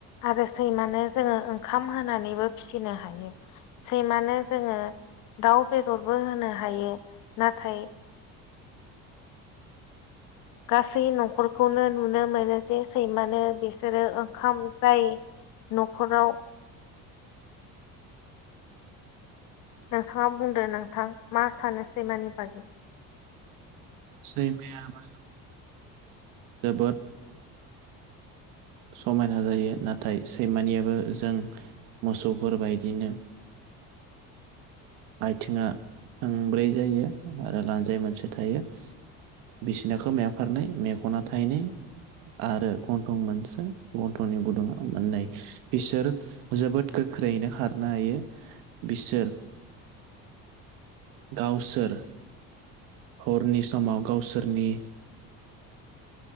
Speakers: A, on the left; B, on the right.
A: आरो सैमानो जोङो ओंखाम होनानैबो फिसिनो हायो। सैमानो जोङो दाउ बेदरबो होनो हायो नाथाय गासै न'खरखौनो नुनो मोनो जे सैमानो बिसोरो ओंखाम जाय न'खराव नोंथाङा बुंदो नोंथां मा सानो सैमानि बागै
B: सैमायाबो जोबोद समायना जायो नाथाय सैमानियाबो जों मोसौफोरबायदिनो आइथिङा थोंब्रै जायो आरो लानजाय मोनसे थायो। बिसिना खोमाया फारनै मेगना थाइनै आरो गन्थं मोनसे गन्थं'नि गुदुङा मोननै। बिसोर जोबोद गोख्रैनो खारनो हायो। बिसोर गावसोर हरनि समाव गावसोरनि